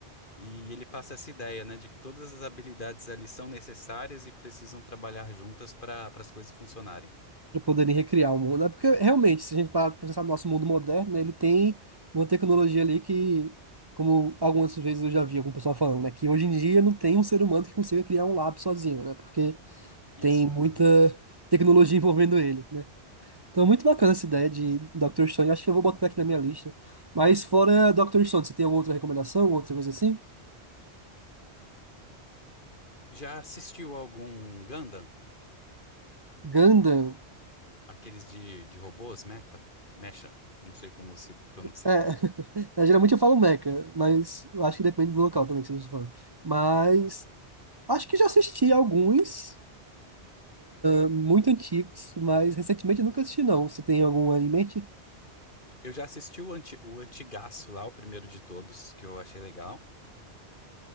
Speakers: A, on the left; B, on the right.
A: e ele passa essa ideia, né, de que todas as habilidades ali são necessárias e precisam trabalhar juntas para para as coisas funcionarem.
B: para poderem recriar o mundo. É porque, realmente, se a gente parar pra pensar no nosso mundo moderno, né, ele tem uma tecnologia ali que, como algumas vezes eu já vi algum pessoal falando, né, que hoje em dia não tem um ser humano que consiga criar um lápis sozinho, né? Porque
A: Isso.
B: tem muita
A: aham.
B: tecnologia envolvendo ele, né? Então, é muito bacana essa ideia de Dr. Stone. Acho que eu vou botar aqui na minha lista. Mas fora Dr. Stone, você tem alguma outra recomendação, outra coisa assim?
A: Já assistiu algum Gundam?
B: Gundam.
A: Aqueles de, de robôs, mecha? Mecha? Não sei como se pronuncia.
B: É, <laughs> é, geralmente eu falo Mecha, mas eu acho que depende do local também que vocês falam. Mas acho que já assisti alguns, eh, muito antigos, mas recentemente eu nunca assisti, não. Você tem algum em mente?
A: Eu já assisti o, anti, o Antigaço lá, o primeiro de todos, que eu achei legal.